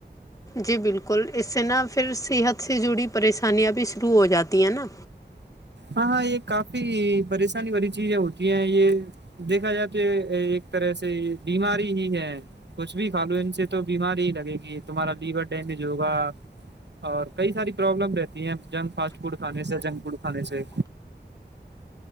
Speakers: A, on the left; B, on the right.
A: جی بالکل کو اسے نہا پھر صحت سے جڑی پریشانیاں بھی شروع ہو جاتی ہیں نا
B: ہاں ہاں یہ کافی پریشانی والی چیزیں ہوتی ہیں یہ دیکھا جائے تو یہ ایک طرح سے بیماری ہی ہے کچھ بھی کھا لو ان سے تو بیماری ہی لگے گی تمہارا لیور ڈیمیج ہوگا اور کئی ساری پرابلم رہتی ہیں جنک فاسٹ فوڈ کھانے سے جنک فڈ کھے سےاہ